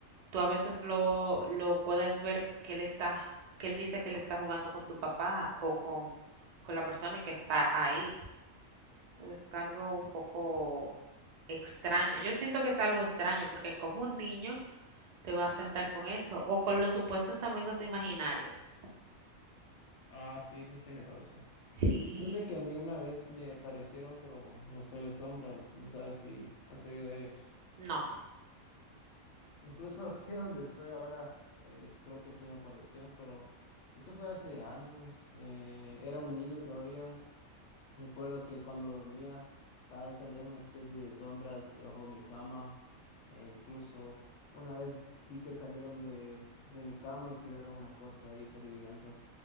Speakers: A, on the right; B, on the left.
A: tú a veces lo, lo puedes ver que él está, que él dice que él está jugando con su papá o con, con la persona que está ahí. Es algo un poco extraño. Yo siento que es algo extraño porque como un niño te va a saltar con eso o con los supuestos amigos imaginarios.
B: Ah, sí, eso es tenebroso.
A: Sí,
B: Fíjate que a mí una vez me aparecieron, pero los seres sombras, no sabes si has oído de ellos.
A: no.
B: Incluso aquí <laughs> donde estoy ahora, eh, creo que aquí me apareció, pero eso fue hace años, eh, era un niño todavía Recuerdo que cuando dormía, cada vez salían una especie de sombras debajo de mi cama, e incluso una vez vi que salieron de, de mi cama y tiraron una cosa, yo salí huyendo.